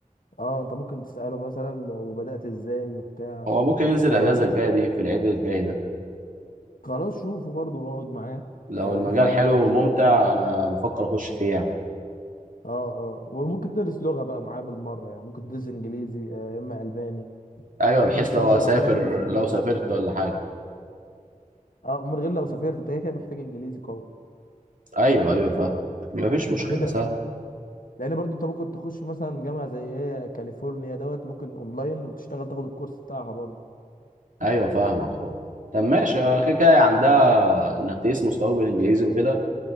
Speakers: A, on the left (about 75°); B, on the right (about 65°).
A: اه انت ممكن تسأله مثلا وبدأت ازاي وبتاع
B: هو
A: وطبعا
B: ممكن ينزل الاجازه الجايه دي في العيد الجاي ده
A: خلاص شوفه برضه واقعد معاه
B: لو
A: آه،
B: المجال
A: افهم
B: حلو
A: منه المجال
B: وممتع انا بفكر اخش فيه يعني
A: اه اه وممكن تدرس لغة بقى معاه بالمرة يعني ممكن تدرس انجليزي آه، يا اما الماني
B: ايوه بحيث
A: تدرس كام
B: لو
A: لغة
B: اسافر
A: برضه يفيدوك
B: لو
A: وانت
B: سافرت
A: بت-
B: ولا حاجه
A: اه من غير لو سافرت انت كده كده محتاج انجليزي قوي
B: ايوه ايوه فاهم مفيش مشكله
A: عشان ت...
B: سهل
A: لان برضه انت ممكن تخش مثلا جامعة زي هي كاليفورنيا دوت ممكن اونلاين وتشتغل تاخد الكورس بتاعها برضه
B: ايوه فاهمك اهو طب ماشي آه، كده كده عندها انك تقيس مستواك بالانجليزي وكده